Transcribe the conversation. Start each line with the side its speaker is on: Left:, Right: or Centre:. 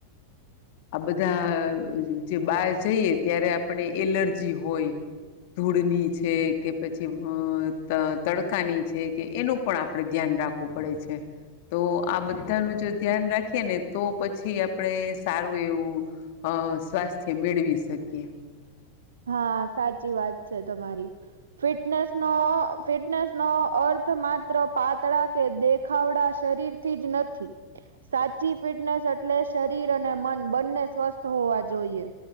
Left: આ બધા જે બાર જઈએ ત્યારે આપણે એલર્જી હોય. ધૂળની છે કે પછી હ ત તડકાની છે કે એનું પણ આપડે ધ્યાન. રાખવું પડે છે તો આ બધાનું જો ધ્યાન રાખીએ ને તો પછી આપણેે. સારું એવું અ સ્વાસ્થ્ય મેળવી શકીએ.
Right: હા સાચી વાત છે તમારી ફિટનેસ નો ફિટનેસ નો અર્થ. માત્ર પાતળા કે દેખાવડા શરીરથી જ નથી સાચી ફિટને એટલે શરીર અને મન બંને સ્વસ્થ હોવા જોઈએ